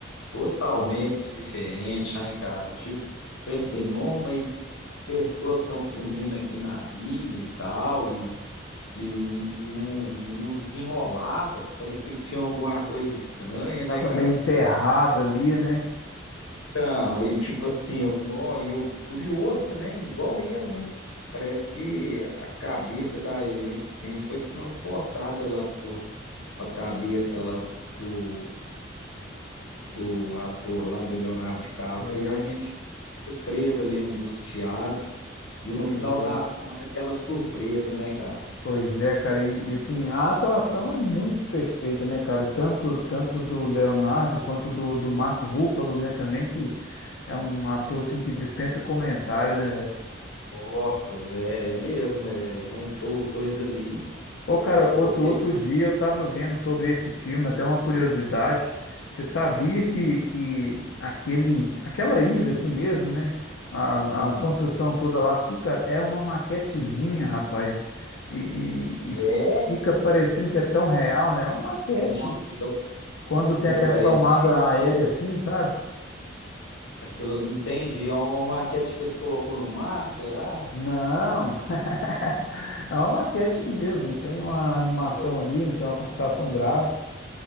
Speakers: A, on the left (about 80°); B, on the left (about 65°).
A: totalmente diferente, né, cara? Tipo, pensei, não, mas as pessoas que estão sumindo aqui na ilha e tal, e, e não não- não desenrolava, parecia que tinha alguma coisa estranha, né,
B: Tava
A: cara?
B: meio emperrado ali, né?
A: Então, e tipo assim, eu, nó, e eu curioso também, igual ele, né? Parece que a cabeça da gente foi transportada lá por, pra cabeça lá do, do ator lá do Leonardo DiCaprio
B: É,
A: e a gente ficou preso ali, angustiado. E
B: Pois
A: no final
B: é.
A: das contas, aquela surpresa, né, cara?
B: Pois é, cara, e, e assim, a atuação é muito perfeita, né, cara? Tanto, tanto do Leonardo quanto do, do Mark Ruffalo, né, também, que é um ator, assim, que dispensa comentário, né, velho?
A: Nossa, é, é mesmo, é, juntou os dois ali,
B: Ô, cara,
A: que ficou
B: outro,
A: pe...
B: outro dia eu tava vendo sobre esse filme, até uma curiosidade. Você sabia que, que aquele, aquela ilha, assim mesmo, né? A,
A: Aham.
B: a construção toda lá, tudo, cara, é uma maquetezinha, rapaz. E, e, e
A: É?
B: fica parecendo que é tão real, né? É uma maquete.
A: Não, fica,
B: Quando tem
A: fica
B: aquelas
A: parecendo.
B: tomadas aéreas assim, sabe?
A: Aquilo, entende? É uma maquete que eles colocou no mar, será?
B: Não, <laughs> é uma maquete mesmo, e tem uma animação
A: Oi.
B: ali, né? Tem uma computação gráfica.